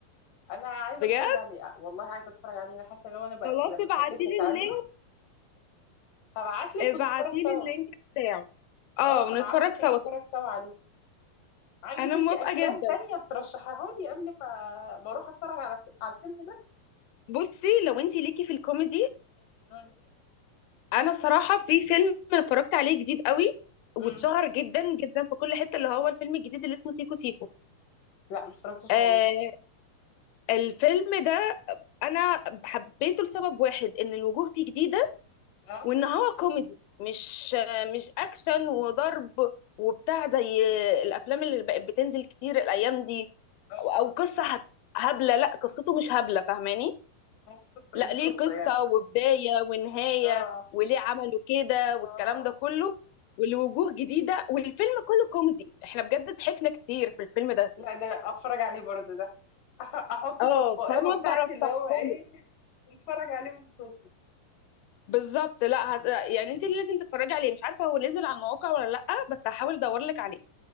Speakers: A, on the left; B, on the left.
A: انا عايزه
B: بجد
A: اتفرج عليه آه، والله عايزه اتفرج عليه انا حاسه ان هو انا بقى...
B: خلاص
A: لما
B: ابعتي
A: حكيت لك
B: لي
A: عنه
B: اللينك
A: هبعت لك
B: ابعتي
A: ونتفرج
B: لي
A: سوا
B: اللينك بتاعه اه
A: اه
B: ونتفرج
A: ابعت لك
B: سوا
A: ونتفرج سوا عليه عندك
B: انا
A: انت
B: موافقه
A: افلام
B: جدا
A: تانية ترشحها لي قبل ما ما اروح اتفرج على على الفيلم ده
B: بصي لو انت ليكي في الكوميدي
A: مم.
B: انا الصراحه في فيلم اتفرجت عليه جديد قوي واتشهر
A: مم.
B: جدا جدا في كل حته اللي هو الفيلم الجديد اللي اسمه سيكو سيكو
A: لا ما اتفرجتش
B: آه
A: عليه
B: الفيلم ده انا حبيته لسبب واحد ان الوجوه فيه جديده
A: اه
B: وان هو كوميدي مش آه، مش اكشن وضرب وبتاع زي الافلام اللي بقت بتنزل كتير الايام دي
A: اه
B: او أو قصه هت- هبله لا قصته مش هبله فاهماني
A: آه، قصة
B: لا
A: ليه
B: ليه
A: قصة
B: قصة
A: يعني
B: وبداية ونهاية
A: اه
B: وليه عملوا كده والكلام
A: اه
B: ده كله ولوجوه جديدة والفيلم كله كوميدي احنا بجد ضحكنا كتير في الفيلم ده
A: لا ده اتفرج عليه برضو ده أح- احطه
B: اه
A: في القائمة
B: فانا
A: بتاعتي
B: برشحهولك
A: اللي هو ايه اتفرج عليه ونشوفه
B: بالظبط لا هت... يعني انت اللي لازم تتفرجي عليه مش عارفة هو نزل على المواقع ولا لا بس هحاول ادور لك عليه